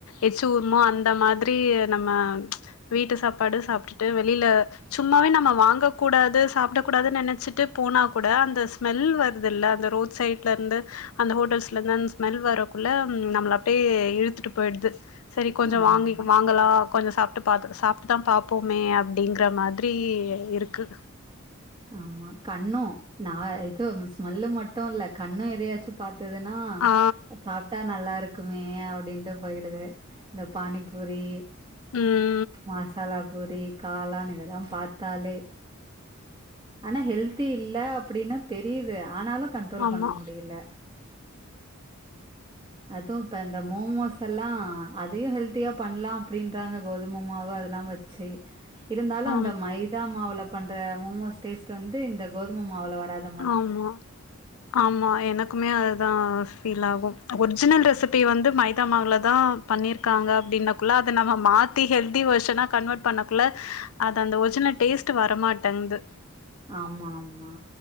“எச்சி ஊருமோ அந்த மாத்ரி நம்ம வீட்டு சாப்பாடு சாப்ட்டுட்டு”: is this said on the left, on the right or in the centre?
Left